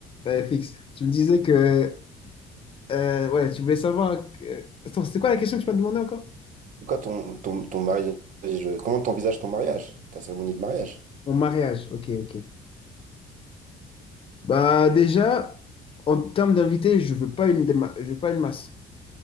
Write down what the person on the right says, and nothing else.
C'est quoi ton, ton, ton mariage? euh, Comment t'envisages ton mariage? Ta cérémonie de mariage?